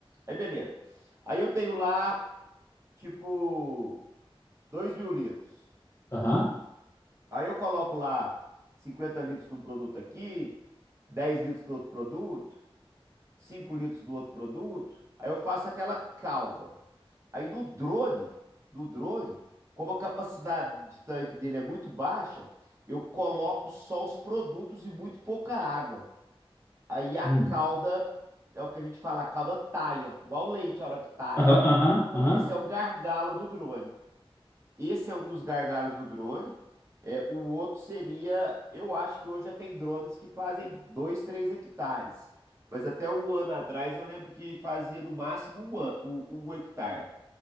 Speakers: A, on the right (about 30°); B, on the left (about 25°).
A: Aí beleza. Aí eu tenho lá, tipo, dois mil litros.
B: Aham.
A: Aí eu coloco lá 50 litros de um produto aqui, 10 litros do outro produto, 5 litros do outro produto. Aí eu faço aquela calda. Aí no drone, no drone, como a capacidade de tanque dele é muito baixa, eu coloco só os produtos e muito pouca água. Aí a
B: Hum.
A: calda, é o que a gente fala, a calda talha, igual leite a hora que talha.
B: Aham, aham,
A: Então
B: aham.
A: esse é o gargalo do drone. Esse é um dos gargalos do drone. É, o outro seria, eu acho que hoje já tem drones que fazem 2 3 hectares. Mas até um ano atrás eu lembro que fazia no máximo um, an- um, um hectare.